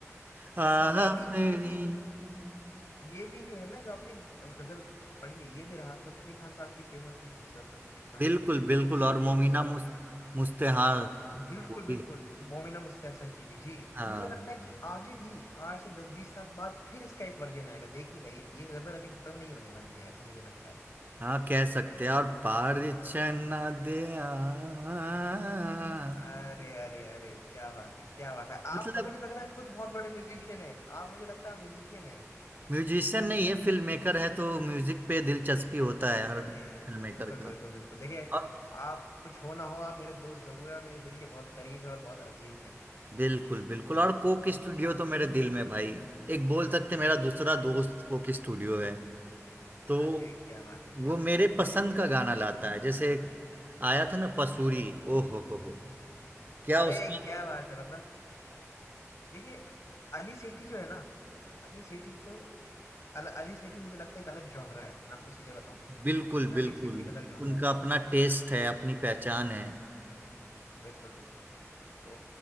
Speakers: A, on the right; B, on the left.
A: आफरी
B: अच्छा ये भी ये भी ये भी जो है ना जो आपने गजल पढ़ी है ये भी राहत फतेह अली खान साहब की फेमस है नुसरत फतेह अली खान
A: बिल्कुल
B: साहब की फेमस
A: बिल्कुल
B: है मुझे
A: और
B: लगता
A: मोमिना
B: है कि ये
A: मुस, मुस्तेहाल
B: बिल्कुल
A: वो
B: बिल्कुल
A: भी
B: मोमिना मुस्तहसन की भी जी
A: हाँ
B: तो मुझे लगता है कि आगे भी आठ से दस बीस साल बाद फिर इसका एक वर्जन आएगा देखिएगा ये ये गजल अभी खत्म नहीं होने वाली है ऐसा मुझे लगता है
A: हाँ कह सकते हैं और परिचय ना दे आ-
B: अरे अरे अरे क्या बात है क्या बात है आप
A: मतलब
B: तो मुझे लग रहा है खुद बहुत बड़े म्यूजिशियन है आप मुझे लगता है म्यूजिशियन है
A: म्यूजिशियन नहीं है फिल्म मेकर है तो म्यूजिक पे दिलचस्पी होता है हर
B: अरे
A: फिल्म मेकर
B: बिल्कुल
A: का
B: बिल्कुल बिल्कुल देखिए
A: और
B: आप कुछ हो ना हो आप मेरे दोस्त जरूर है मेरे दिल के बहुत करीब है और बहुत अजीज है
A: बिल्कुल बिल्कुल और कोक स्टूडियो तो मेरे दिल में भाई एक बोल सकते हैं, मेरा दूसरा
B: बिल्कुल
A: दोस्त
B: बिल्कुल
A: कोक स्टूडियो है तो
B: अरे क्या बात है क्या
A: वो मेरे
B: बात है
A: पसंद का गाना लाता है जैसे एक आया था ना पसूरी ओ हो हो हो क्या
B: अरे
A: उसका
B: क्या बात है मतलब देखिए अली सेठी जो है ना अली सेठी को अल, अली सेठी मुझे लगता है एक अलग जॉनरा है मैं आपको सीधे बताऊं ठीक
A: बिल्कुल
B: है ना
A: बिल्कुल
B: अली सेठी एक अलग जॉनरा
A: उनका
B: है
A: अपना टेस्ट
B: तो
A: है अपनी पहचान है
B: बिल्कुल बिल्कुल तो